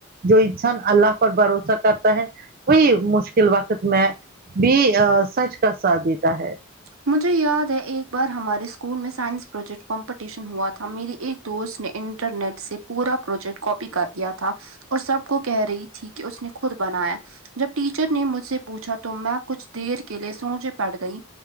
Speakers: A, on the right (about 45°); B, on the right (about 75°).
A: جو انسان اللہ پر بھروسہ کرتا ہے وہی مشکل وقت میں بھی سچ کا ساتھ دیتا ہے
B: مجھے یاد ہے ایک بار ہمارے اسکول میں سائنس پروجیکٹ کمپٹیشن ہوا تھا میری ایک دوست نے انٹرنیٹ سے پورا پروجیکٹ کاپی کر لیا تھا تھا اور سب کو کہہ رہی تھی کہ اس نے خود بنایا جب ٹیچر نے مجھ سے پوچھا تو میں کچھ دیر کے لیے سوچ میں پڑگئی